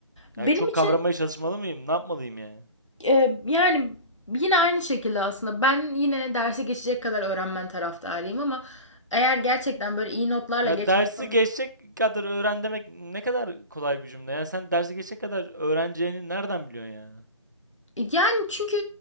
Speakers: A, on the left (about 75°); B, on the right (about 40°).
A: Benim
B: Yani çok
A: için
B: kavramaya çalışmalı mıyım? Ne yapmalıyım yani?
A: Eee, yani yine aynı şekilde aslında ben yine derse geçecek kadar öğrenmen taraftarıyım ama eğer gerçekten böyle iyi notlarla
B: Ya
A: geçmek
B: dersi
A: falan
B: geçecek kadar öğren demek ne kadar kolay bir cümle. Yani sen dersi geçecek kadar öğreneceğini nereden biliyorsun yani?
A: yani çünkü